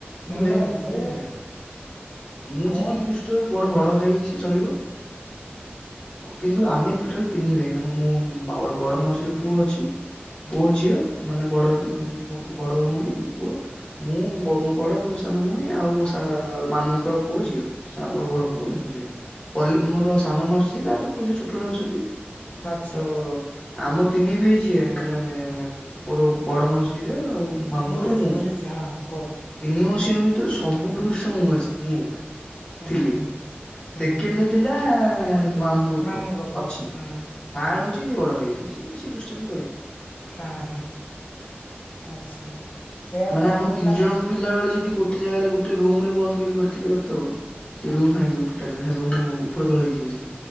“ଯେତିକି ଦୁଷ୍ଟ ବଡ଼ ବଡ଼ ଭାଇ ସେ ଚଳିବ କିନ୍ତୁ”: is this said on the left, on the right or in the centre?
Left